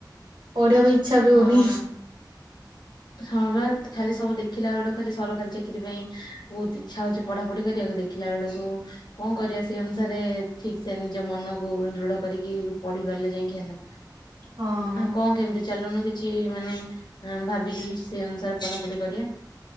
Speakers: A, on the right; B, on the left.
A: ପଢିବା ଇଚ୍ଛା
B: ହଁ।
A: ପାଇଁ ବି ହଉନି
B: ହଁ ବା ତ ଖାଲି ସବୁ ଦେଖିଲା ବେଳୁ ଖାଲି ସରକାରୀ ଚାକିରି ପାଇଁ ବହୁତ ଇଚ୍ଛା ହଉଛି ପଢାପଢି କରିବାକୁ ଦେ ଦେଖିଲା ବେଳକୁ କଣ କରିବା ସେଇ ଅନୁସାରେ ଠିକ ସେ ନିଜ ମନକୁ ଦୃଢ କରିକି ପଢି ପାରିଲେ ଯାଇକି ହେଲା।
A: ହଁ
B: ଆ କଣ କେମିତି ଚାଲନୁ କିଛି ମାନେ ଆଁ ଭାବିକି କିଛି ସେଇ ଅନୁସାରେ ପଢାପଢି କରିବା।